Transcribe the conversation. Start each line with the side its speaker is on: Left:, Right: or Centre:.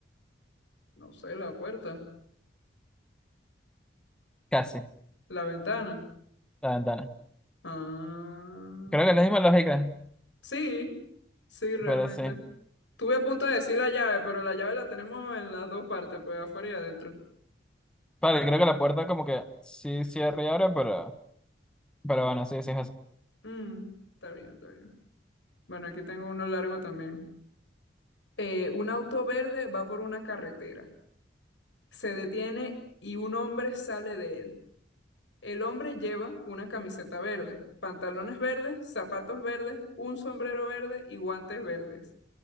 Left: No sé, la puerta,
Centre: casi,
Left: la ventana.
Centre: la ventana.
Left: Ah,
Centre: Creo que es la misma lógica,
Left: sí, sí, realmente.
Centre: pero sí.
Left: Estuve a punto de decir la llave, pero la llave la tenemos en las dos partes, pues afuera y adentro.
Centre: Vale, creo que la puerta como que sí cierra y abre, pero, pero bueno, sí, sí es eso.
Left: Mm, está bien, está bien. Bueno, aquí tengo uno largo también. Eh, un auto verde va por una carretera, se detiene y un hombre sale de él. El hombre lleva una camiseta verde, pantalones verdes, zapatos verdes, un sombrero verde y guantes verdes.